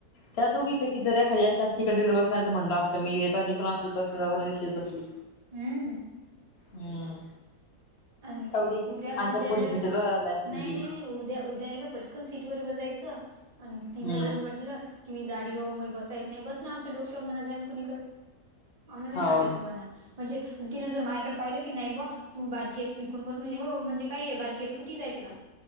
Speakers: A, on the left; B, on the right.
A: त्या दोघीपैकी जर एखादी अशी अस त इिकडे तिकडे बसणार तर म्हटलं असं मी येताना पण अशीच बसले जात तच बसली.
B: हम्म
A: हम्म
B: आणि
A: जाऊ दे
B: उद्या
A: अशा
B: उद्या
A: पोरी
B: जर
A: भेटत राहतात लाईफमध्ये
B: नाही नाही नाही उद्या उद्या नाही का पट ण सीट वर बसायचं आणि तिनं
A: हम्म
B: जर म्हटलं. कि मी जाडी होऊ मग बसाय य नाहीसं आमच्या डोकशा मणा जाई कुणीकडे आम्हाला नाही
A: हो
B: सांगायचं मला म्हणजे तिनंतर माझ्याकडे पाहिलं की नाही ब तू बार. विकून बस म्हणे हो म्हणज काय बारकी आहे तर कुे जायचं का?